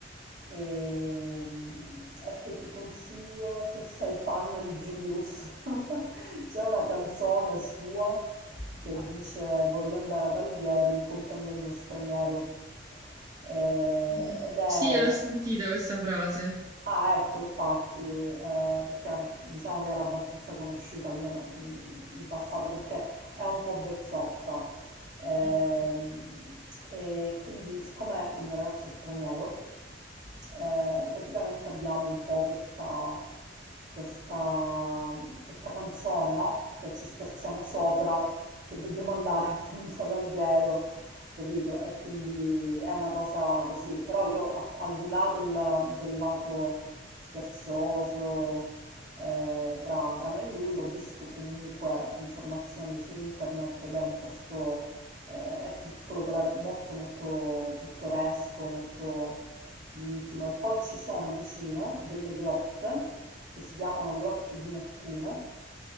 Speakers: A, on the right; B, on the right.
A: e, e che ti consiglio se sei fan di Giuni Russo. <laughs> C'è una canzone sua che dice voglio andare ad Alghero in compagnia di uno straniero. Eh,
B: mm,
A: ed è...
B: Sì, l'ho sentita questa frase.
A: Ah, ecco, infatti, eh, perché diciamo che era abbastanza conosciuta, almeno mh, in passato, perché è un po' vecchiotta. Ehm,
B: Mm.
A: e quindi, siccome il mio ragazzo è straniero, eh, praticamente abbiamo un po' questa, questa, questa canzone, no? Che ci scherziamo sopra, che dobbiamo andare <laughs> appunto ad Alghero, capito? E quindi è una cosa così, però io a- al di là del, del lato scherzoso eh, tra, tra me e lui ho visto comunque informazioni su internet ed è un posto, eh, è piccolo, però è molto molto pittoresco, molto intimo e poi ci sono vicino delle grotte che si chiamano grotte di Nettuno